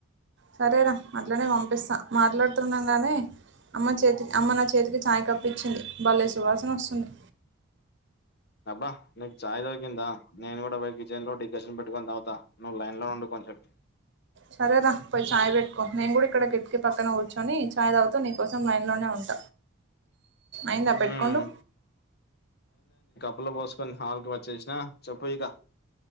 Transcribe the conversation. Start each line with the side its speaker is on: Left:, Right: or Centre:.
Right: సరేరా అట్లనే పంపిస్తా మాట్లాడుతుండగానే అమ్మ చేతి అమ్మ నా చేతికి చాయ కప్ ఇచ్చింది బలే సువాసనోస్తుంది
Left: అబ్బ నీకు చాయ్ దొరికిందా నేను కూడా పోయి కిచెన్లో డికషన్ పెట్టుకుని తాగుత నువ్ లైన్లో ఉండు ప లెఫ్ట్
Right: సరేరా పోయి చాయ్ పెట్కో నేను కూడా ఇక్కడ కిట్ కి పక్కన కూర్చొని చాయ్ తాగుతూ నీకోసం లైన్లోనే ఉంట అయిందా
Left: హ్మ్
Right: పెట్కోండు
Left: కప్పుల పోసుకొని సాల్క్ వచ్చేసిన చెప్పు ఇక